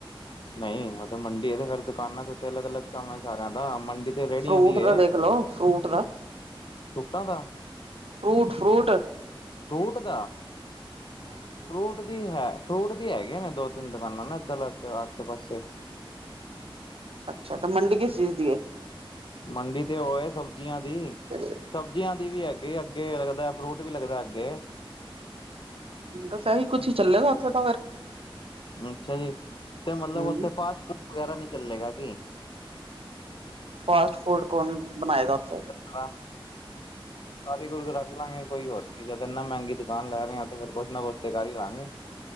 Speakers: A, on the left; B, on the right.
A: ਨਈਂ, ਉਥੇ ਮੰਡੀ ਐ ਤੇ ਫੇਰ ਦੁਕਾਨਾਂ ਤੇ-ਤੇ ਅਲੱਗ-ਅਲੱਗ ਕੰਮ ਐ ਸਾਰਿਆ ਦਾ। ਮੰਡੀ ਤੇ ਰੇਹੜੀਆਂ
B: ਫਰੂਟ
A: ਦੀ ਏ
B: ਦਾ ਦੇਖ ਲੋ, ਫਰੂਟ ਦਾ,
A: ਸੂਟਾਂ ਦਾ
B: ਫਰੂਟ-ਫਰੂਟ।
A: ਫਰੂਟ ਦਾ, ਫਰੂਟ ਦੀ ਹੈ। ਫਰੂਟ ਦੀ ਹੈਗੀਆਂ ਨੇ ਦੋ-ਤਿੰਨ ਦੁਕਾਨਾਂ ਨਾ, ਇੱਧਰ ਆਸੇ-ਪਾਸੇ।
B: ਅੱਛਾ। ਤੇ ਮੰਡੀ ਕਿਸ ਚੀਜ਼ ਦੀ ਏ?
A: ਮੰਡੀ ਤੇ ਹੋਏ ਸਬਜ਼ੀਆਂ ਦੀ।
B: <inaudible>
A: ਸਬਜ਼ੀਆਂ ਦੀ ਵੀ ਹੈਗੇ, ਅੱਗੇ ਲੱਗਦਾ ਫਰੂਟ ਵੀ ਲੱਗਦਾ ਅੱਗੇ।
B: ਬਸ ਇਹੀ ਕੁੱਛ ਹੀ ਚੱਲੇਗਾ ਉੱਥੇ ਤਾਂ ਫੇਰ।
A: ਅੱਛਾ ਜੀ। ਤੇ ਮਤਲਬ
B: ਹੂੰ।
A: ਉੱਥੇ ਫਾਸਟ ਫੂਡ ਵਗੈਰਾ ਨਹੀਂੀ ਚੱਲੇਗਾ ਕੀ?
B: ਫਾਸਟ ਫੂਡ ਕੌਣ ਬਣਾਏਗਾ ਉੱਥੇ?
A: ਖਾ ਕਰਾਰੀ ਗੁਰਕ ਰੱਖ ਲਾਂਗੇ, ਕੋਈ ਹੋਰ ਕੀ ਜਦ ਇੰਨਾ ਮਹਿੰਗੀ ਦੁਕਾਨ ਲੈ ਰਹੇ ਆ ਤੇ ਫੇਰ ਕੁਛ ਨਾ ਕੁਛ ਤੇ ਕਰ ਹੀ ਲਵਾਂਗੇ।